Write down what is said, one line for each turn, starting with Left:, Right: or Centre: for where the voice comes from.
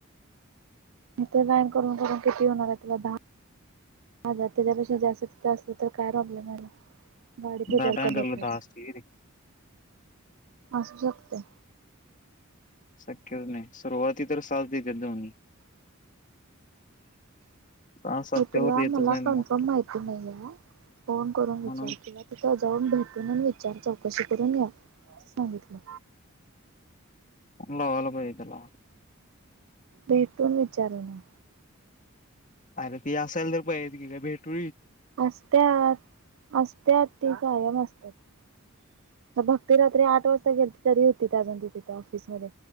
Right: मथ लाईन करून करून किती होणार आहे तुला दहा दहा हजार त्याच्यापेक्षा जास्त तिथं असलं तर काय प्रॉब्लेम झाला. गाडी
Left: डाटा
Right: दर कमी
Left: एंटरला
Right: असेल.
Left: दहा असते रे
Right: असू शकते.
Left: शक्यच नाही सुरुवाती तर साथ देत दोन्ही सहा सातच्यावर
Right: म तुला
Left: येतच
Right: मला
Left: नाहीत
Right: कन्फर्म
Left: मोस्ट
Right: माहिती नाही आहे. फोन करून विचार
Left: म्हणून
Right: केला तिथ जाऊन भेटून विचार चौकशी करून घ सांगितलं.
Left: हला वाला पतला
Right: भेटून विचारू न
Left: अरे त असायला तर पाहि येत की काय भेटू
Right: असत्या असत्यात ती कायम असत भक्ती रात्री आठ वाजता गेली त तरी होती त अजून त तिथ ऑफिस मध्ये